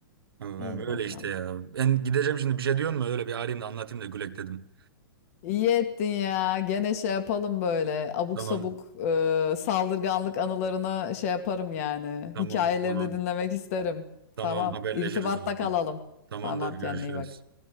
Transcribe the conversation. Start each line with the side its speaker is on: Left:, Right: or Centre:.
Right: Allah'ım
Left: İyi
Right: öyle
Left: bakalım.
Right: işte ya. Ben gideceğim şimdi bir şey diyor mu? Öyle bir arayayım da anlatayım da gülek dedim.
Left: İyi ettin ya. Gene şey yapalım böyle. Abuk
Right: Tamam.
Left: sabuk e, saldırganlık anılarını şey yaparım yani.
Right: Tamam
Left: Hikayelerini
Right: tamam.
Left: dinlemek isterim.
Right: Tamam
Left: Tamam.
Right: haberleşiriz
Left: İrtibatta
Right: o zaman.
Left: kalalım.
Right: Tamamdır
Left: Tamam
Right: görüşürüz.
Left: kendine iyi bak.